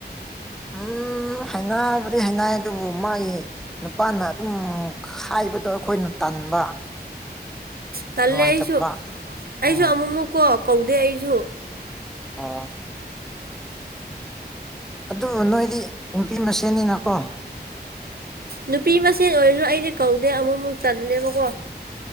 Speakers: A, in the centre; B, on the right.
A: ꯎꯝ ꯍꯩꯅꯕꯗꯤ ꯍꯩꯅꯩ ꯑꯗꯨꯕꯨ ꯃꯥꯒꯤ ꯅꯨꯄꯥꯅ ꯑꯗꯨꯝ ꯍꯥꯏꯕꯗꯣ ꯑꯩꯈꯣꯏꯅ ꯇ ꯇꯟꯕ
B: ꯇꯜꯂꯦ
A: ꯅꯨꯡꯉꯥꯏꯇꯕ
B: ꯑꯩꯁꯨ
A: ꯎꯝ
B: ꯑꯩꯁꯨ ꯑꯃꯨꯛꯃꯨꯛꯀꯣ ꯀꯧꯗꯦ ꯑꯩꯁꯨ
A: ꯑꯥ ꯑꯗꯨꯕꯨ ꯅꯣꯏꯗꯤ ꯅꯨꯄꯤ ꯃꯁꯦꯟꯅꯤꯅꯀꯣ
B: ꯅꯨꯄꯤ ꯃꯁꯦꯟ ꯑꯣꯏꯔꯁꯨ ꯑꯩꯗꯤ ꯀꯧꯗꯦ ꯑꯃꯨꯛꯃꯨꯛ ꯇꯜꯂꯦꯕꯀꯣ